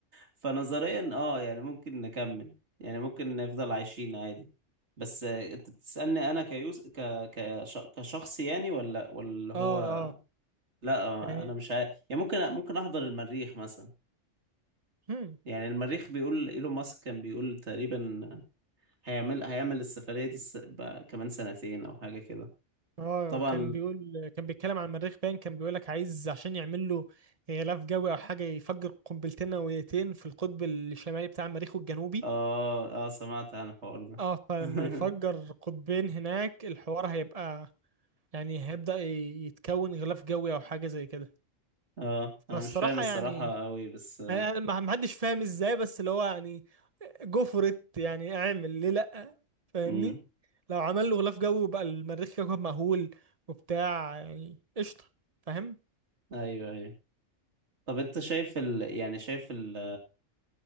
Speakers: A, on the right; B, on the right.
A: فنظريا اه يعني ممكن نكمل يعني ممكن نفضل عايشين عادي بس آه، انت بتسألني انا كيوس ك... كش... كشخص يعني ولا ولا هو
B: اه اه
A: لا آه،
B: يعني
A: انا مش عارف يعني ممكن ممكن احضر المريخ مثلا
B: امم
A: يعني المريخ بيقول ايلون ماسك كان بيقول تقريبا هيعمل هيعمل السفرية دي الس... بقى كمان سنتين او حاجة كده
B: اه
A: طبعا
B: كان بيقول كان بيتكلم عن المريخ باين كان بيقول لك عايز عشان يعمل له غلاف جوي او حاجة يفجر قنبلتين نوويتين في القطب الشمالي بتاع المريخ والجنوبي
A: اه اه سمعت عن الحوار ده
B: اه فلما
A: <laughs>
B: يفجر قطبين هناك الحوار هيبقى يعني هيبدأ ي- يتكون غلاف جوي او حاجة زي كده
A: اه انا
B: فالصراحة
A: مش فاهم الصراحة
B: يعني
A: قوي بس
B: انا أنا ما ما حدش فاهم ازاي بس اللي هو يعني جفرت يعني اعمل ليه لا فاهمني
A: امم
B: لو عمل له غلاف جوي وبقى المريخ كوكب مأهول وبتاع يعني قشطة فاهم
A: ايوه ايوه طب انت شايف ال... يعني شايف ال...